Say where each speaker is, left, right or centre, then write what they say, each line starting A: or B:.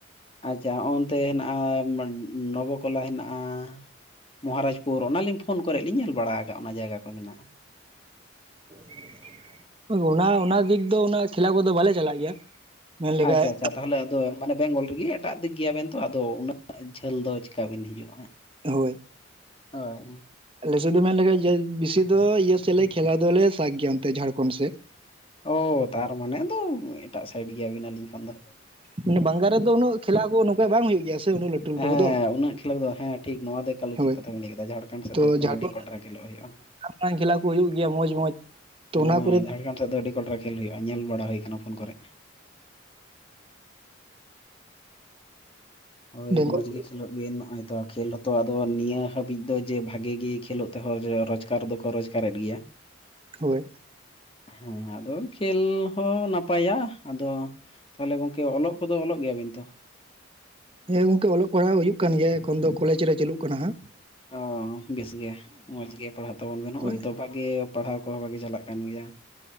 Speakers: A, on the left; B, on the right.
A: ᱟᱪᱪᱷᱟ ᱦᱚᱸᱜ-ᱚᱱᱛᱮ ᱦᱮᱱᱟᱜ-ᱟ ᱱᱚᱵᱚᱠᱚᱞᱟ ᱦᱮᱱᱟᱜ-ᱟ᱾ ᱢᱚᱦᱟᱨᱟᱡᱽᱯᱩᱨ ᱚᱱᱟᱞᱤᱧ ᱯᱷᱳᱱ ᱠᱚᱨᱮ ᱞᱤᱧ ᱧᱮᱞ ᱵᱟᱲᱟ ᱟᱠᱟᱜ-ᱟ ᱚᱱᱟ ᱡᱟᱭᱜᱟ᱾ ᱠᱚ ᱢᱮᱱᱟᱜᱼᱟ
B: <inaudible> ᱟᱫᱚ ᱚᱱᱟ, ᱚᱱᱟ ᱫᱤᱠ ᱫᱚ ᱩᱱᱟᱹᱜ ᱠᱷᱮᱞᱟ ᱠᱚᱫᱚ ᱵᱟᱞᱮ ᱪᱟᱞᱟᱜ ᱜᱮᱭᱟ᱾ ᱢᱮᱱ ᱞᱮᱠᱷᱟᱡ
A: ᱟᱪᱪᱷᱟ ᱟᱪᱪᱷᱟ᱾ ᱛᱟᱦᱞᱮ ᱟᱫᱚ ᱢᱟᱱᱮ ᱵᱮᱝᱜᱚᱞ ᱨᱮᱜᱮ ᱮᱴᱟᱜ ᱫᱤᱠ ᱜᱮᱭᱟᱵᱮᱱ ᱛᱚ, ᱟᱫᱚ ᱩᱱᱟᱹᱜ ᱡᱷᱟᱹᱞ ᱫᱚ ᱪᱤᱠᱟ ᱵᱮᱱ ᱦᱤᱡᱩᱜ-ᱟ ᱦᱟᱸᱜ?
B: ᱦᱳᱭ᱾
A: ᱦᱳᱭ᱾
B: ᱟᱞᱮᱥᱮᱫ ᱫᱚ ᱢᱮᱱ ᱞᱮᱠᱷᱟᱱ ᱡᱮ ᱵᱤᱥᱤ ᱫᱚ ᱤᱭᱟᱹ ᱥᱮᱫᱞᱮ ᱠᱷᱮᱞᱟ ᱫᱚᱞᱮ ᱥᱟᱠ ᱜᱮᱭᱟ ᱚᱱᱛᱮ ᱡᱷᱟᱲᱠᱷᱚᱱ ᱥᱮᱫ᱾
A: ᱚ, ᱛᱟᱨ ᱢᱟᱱᱮ ᱟᱫᱚ ᱮᱴᱟᱜ ᱥᱟᱭᱤᱰ ᱜᱮᱭᱟᱵᱤᱱ ᱟᱹᱞᱤᱧ ᱠᱷᱚᱱ ᱫᱚ᱾
B: ᱢᱟᱱᱮ ᱵᱟᱝᱜᱟᱞ ᱨᱮᱫᱚ ᱩᱱᱟᱹᱜ ᱠᱷᱮᱞᱟ ᱠᱚ ᱱᱚᱝᱠᱟ ᱵᱟᱝ ᱦᱩᱭᱩᱜ ᱜᱮᱭᱟ ᱥᱮ᱾ ᱩᱱᱟᱹᱜ ᱞᱟᱹᱴᱩ ᱞᱟᱹᱴᱩ
A: ᱦᱮᱸ
B: ᱠᱚᱫᱚ
A: ᱩᱱᱟᱹᱜ ᱠᱷᱮᱞᱳᱸᱰ ᱫᱚ, ᱦᱮᱸ ᱴᱷᱤᱠ ᱱᱚᱣᱟ ᱫᱚ ᱮᱠᱟᱞ ᱩᱪᱤᱫ
B: ᱦᱳᱭ
A: ᱠᱟᱛᱷᱟ ᱵᱮᱱ ᱞᱟᱹᱭ ᱠᱟᱫᱟ ᱡᱷᱟᱲᱠᱷᱚᱸᱰ ᱥᱮᱫ
B: ᱛᱚ
A: ᱫᱚ ᱮᱠᱫᱚᱢ
B: ᱡᱷᱟᱲᱠᱷᱚᱸᱰ
A: ᱟᱹᱰᱤ ᱠᱚᱴᱨᱟ ᱠᱷᱮᱞᱳᱜ ᱦᱩᱭᱩᱜ-ᱟ᱾
B: ᱢᱟᱨᱟᱝ ᱠᱷᱮᱞᱟ ᱠᱚ ᱦᱩᱭᱩᱜ ᱜᱮᱭᱟ ᱢᱚᱡᱽ ᱢᱚᱸᱡᱽ᱾ ᱛᱚ
A: ᱦᱮᱸ
B: ᱚᱱᱟ ᱠᱚᱨᱮ
A: ᱡᱷᱟᱲᱠᱷᱚᱸᱰ ᱥᱮᱫ ᱫᱚ ᱟᱹᱰᱤ ᱠᱚᱰᱨᱟ ᱠᱷᱮᱹᱞ ᱦᱩᱭᱩᱜ-ᱟ, ᱧᱮᱞ ᱵᱟᱲᱟ ᱦᱩᱭ ᱠᱟᱱᱟ ᱯᱷᱳᱱ ᱠᱚᱨᱮᱜ᱾ ᱦᱳᱭ
B: ᱵᱮᱝᱜᱚᱞ
A: ᱢᱚᱡᱽ ᱜᱮ᱾ ᱠᱷᱮᱞᱳᱜ ᱵᱮᱱ, ᱱᱚᱜ-ᱚᱭ ᱛᱚ ᱠᱷᱮᱹᱞ ᱦᱚᱸᱛᱚ ᱟᱫᱚ ᱱᱤᱭᱟᱹ ᱦᱟᱹᱵᱤᱡ ᱫᱚ ᱡᱮ ᱵᱷᱟᱜᱮ ᱜᱮ ᱠᱷᱮᱞᱳᱜ ᱛᱮᱦᱚᱸ ᱨᱚᱡᱽᱜᱟᱨ ᱫᱚᱠᱚ ᱨᱚᱡᱽᱜᱟᱨ ᱜᱟᱨᱮᱫ ᱜᱮᱭᱟ᱾
B: ᱦᱳᱭ᱾
A: ᱦᱮᱸ ᱟᱫᱚ ᱠᱷᱮᱹᱞ ᱦᱚᱸ ᱱᱟᱯᱟᱭᱟ ᱟᱫᱚ ᱛᱟᱦᱞᱮ ᱜᱚᱝᱠᱮ ᱚᱞᱚᱜ ᱠᱚᱫᱚ ᱚᱞᱚᱜ ᱜᱮᱭᱟᱵᱤᱱ ᱛᱚ?
B: ᱦᱮᱸ ᱜᱚᱝᱠᱮ ᱚᱞᱚᱜ ᱯᱟᱲᱦᱟᱣ ᱦᱩᱭᱩᱜ ᱠᱟᱱ ᱜᱮᱭᱟ ᱮᱠᱷᱚᱱ ᱫᱚ ᱠᱚᱞᱮᱡᱽ ᱨᱮ ᱪᱟᱹᱞᱩᱜ ᱠᱟᱱᱟ ᱦᱟᱸᱜ᱾
A: ᱚ ᱵᱮᱥ ᱜᱮ, ᱢᱚᱸᱡᱽ ᱜᱮ ᱯᱟᱲᱦᱟᱜ ᱛᱟᱵᱚᱱ ᱵᱮᱱ ᱱᱚᱜ-ᱚᱭ
B: ᱦᱳᱭ
A: ᱛᱚ ᱵᱷᱟᱜᱮ ᱯᱟᱲᱦᱟᱣ ᱠᱚᱦᱚᱸ ᱵᱷᱟᱜᱮ ᱪᱟᱞᱟᱜ ᱠᱟᱱ ᱜᱮᱭᱟ᱾